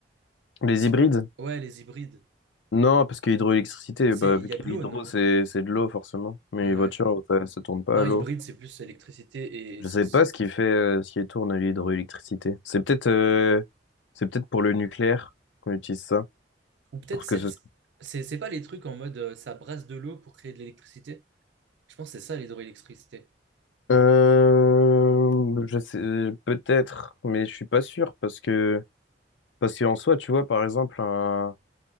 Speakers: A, on the left (about 80°); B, on the right (about 75°).
A: Les
B: c'est
A: hybrides?
B: ouais les hybrides
A: Non, parce que hydroélectricité
B: c'est
A: bah,
B: il
A: vu
B: y
A: qu'il
B: a de l'eau
A: y a l'hydro,
B: non
A: c'est c'est de l'eau, forcément. Mais
B: ouais
A: les voitures, ça, ça tourne pas
B: non
A: à
B: hybride
A: l'eau.
B: c'est plus électricité et
A: Je
B: essence
A: sais pas ce qui fait, euh, ce qui tourne à l'hydroélectricité. C'est peut-être euh, c'est peut-être pour le nucléaire qu'on utilise ça.
B: ou peut-être
A: Pour
B: c'est
A: que ce soit...
B: c'est c'est pas les trucs en mode euh, ça brasse de l'eau pour créer de l'électricité je pense que c'est ça l'hydroélectricité
A: Euh, je sais, peut-être, mais je suis pas sûr parce que, parce qu'en soi, tu vois, par exemple, un,